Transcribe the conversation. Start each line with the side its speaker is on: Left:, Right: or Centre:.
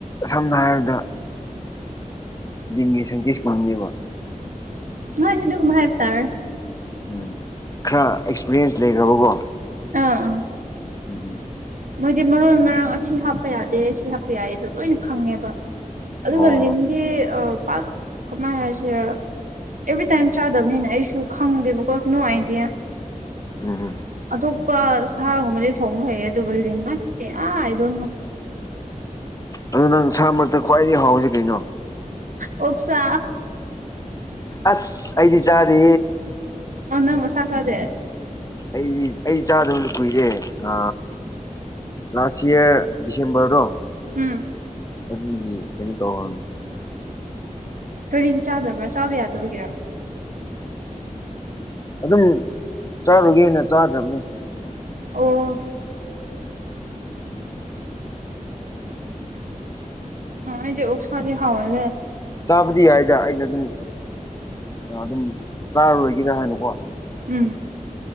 Left: ꯁꯝꯅ ꯍꯥꯏꯔꯕꯗ ꯟꯒꯤ ꯁꯥꯏꯟꯇꯤꯁ ꯄꯨꯝꯅꯤꯡꯅꯦꯕ
Right: ꯍꯣꯏ ꯍꯗꯨ ꯀꯨꯝꯚꯥꯏ ꯇꯔ
Left: ꯎꯝ ꯈꯔ ꯑꯦꯛꯁꯄꯤꯔꯤꯌꯦꯟꯁ ꯂꯩꯈ꯭ꯔꯕꯀꯣ
Right: ꯑꯥ ꯑꯥ
Left: ꯎꯝꯝ
Right: ꯃꯣꯏꯗꯤ ꯃꯔꯣꯏ ꯃꯔꯥꯡ ꯑꯁꯤ ꯍꯥꯞꯄ ꯌꯥꯗꯦ ꯁꯤ ꯍꯥꯞꯄ ꯌꯥꯏ ꯑꯗꯨ ꯂꯣꯏꯅ ꯈꯪꯉꯦꯕ ꯑꯗꯨꯒ
Left: ꯑꯣ
Right: ꯂꯤꯟꯗꯤ ꯄꯥꯛ ꯀꯃꯥꯏ ꯍꯥꯏꯁꯤꯦ ꯑꯦꯚ꯭ꯔꯤꯇꯥꯏꯝ ꯆꯥꯗꯕꯅꯤꯅ ꯑꯩꯁꯨ ꯈꯪꯗꯦꯕꯀꯣ ꯅꯣ ꯑꯥꯏꯗꯤꯌꯥ
Left: ꯎꯝ
Right: ꯑ ꯁꯣꯛꯄ ꯁꯥꯒꯨꯝꯕꯗꯤ ꯊꯣꯡꯕ ꯐꯩ ꯑꯗꯨꯕꯨ ꯂꯤ ꯅꯦ ꯑꯥ ꯍꯥꯏꯗꯣꯏꯅꯨ
Left: ꯑꯗꯨ ꯅꯪ ꯏꯁꯥ ꯃꯔꯛꯇ ꯈ꯭ꯋꯥꯏꯗꯒꯤ ꯍꯥꯎꯁꯤ ꯀꯩꯅꯣ
Right: ꯍꯁꯥ
Left: ꯑꯁ ꯑꯩꯗꯤ ꯆꯥꯗ
Right: ꯑꯣ ꯅꯪꯁꯁꯗꯦ
Left: ꯑꯩꯗꯤ ꯑꯩ ꯆꯥꯗꯕ ꯀꯨꯏꯔꯦ ꯑ ꯂꯥꯁ ꯏꯌꯥꯔ ꯗꯤꯁꯦꯝꯕꯔꯗꯣ
Right: ꯎꯝ
Left: ꯑꯗꯨ ꯀꯅꯤ ꯇꯧꯍ
Right: ꯀꯔꯤꯒꯤ ꯆꯥꯗꯕ꯭ꯔꯥ ꯆꯥꯕ ꯌꯥꯗꯕꯒꯤꯔ
Left: ꯑꯗꯨꯝ ꯆꯥꯔꯨꯒꯦꯅ ꯆꯥꯗ꯭ꯔꯕꯅꯤ
Right: ꯑꯣ ꯑ ꯌꯣꯁ ꯃꯥꯗꯤ ꯍꯋꯥꯜꯦ
Left: ꯆꯥꯕꯗꯤ ꯌꯥꯏꯗ ꯑꯩꯅ ꯑꯗꯨꯝ ꯑꯗꯨꯝ ꯆꯥꯔꯔꯣꯏꯒꯦꯔ ꯍꯥꯏꯅꯀꯣ
Right: ꯎꯝ